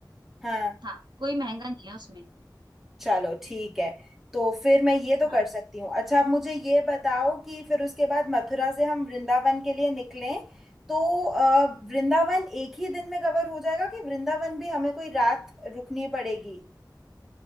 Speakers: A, in the centre; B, on the right (about 75°).
A: हाँ
B: हाँ कोई महंगा नहीं है उसमें
A: चलो ठीक है तो फिर मैं ये तो
B: हाँ
A: कर सकती हूँ अच्छा आप मुझे ये बताओ कि फिर उसके बाद मथुरा से हम वृंदावन के लिए निकलें तो अ, वृंदावन एक ही दिन में कवर हो जाएगा कि वृंदावन भी हमें कोई रात रुकनी पड़ेगी